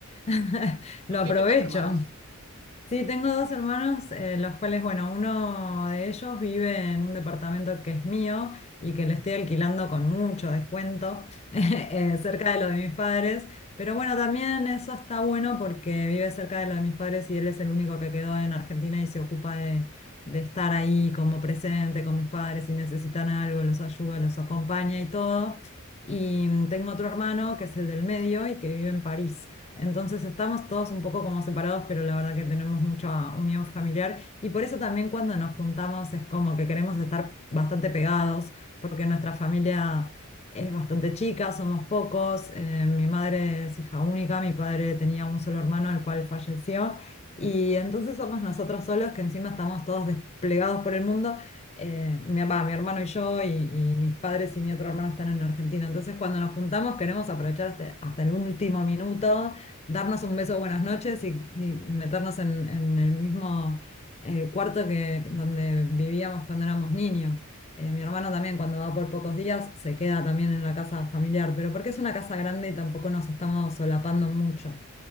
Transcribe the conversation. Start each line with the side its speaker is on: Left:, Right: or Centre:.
Left: <laughs> Lo
Right: ¿Tú
Left: aprovecho.
Right: tienes más hermanos?
Left: Sí, tengo dos hermanos, eh, los cuales, bueno, uno de ellos vive en un departamento que es mío y que le estoy alquilando con mucho descuento, <laughs> eh, cerca de lo de mis padres. Pero bueno, también eso está bueno porque vive cerca de lo de mis padres y él es el único que quedó en Argentina y se ocupa de, de estar ahí como presente con mis padres. Si necesitan algo, los ayuda, los acompaña y todo. Y mm, tengo otro hermano que es el del medio y que vive en París. Entonces estamos todos un poco como separados, pero la verdad que tenemos mucha unión familiar y por eso también cuando nos juntamos es como que queremos estar bastante pegados, porque nuestra familia es bastante chica, somos pocos, eh, mi madre es hija única, mi padre tenía un solo hermano al cual falleció y entonces somos nosotros solos que encima estamos todos desplegados por el mundo. eh, mi, va, mi hermano y yo y, y mis padres y mi otro hermano están en Argentina. Entonces, cuando nos juntamos, queremos aprovechar hasta, hasta el último minuto darnos un beso buenas noches y, y meternos en, en el mismo eh, cuarto que donde vivíamos cuando éramos niños. Eh, mi hermano también cuando va por pocos días se queda también en la casa familiar, pero porque es una casa grande y tampoco nos estamos solapando mucho.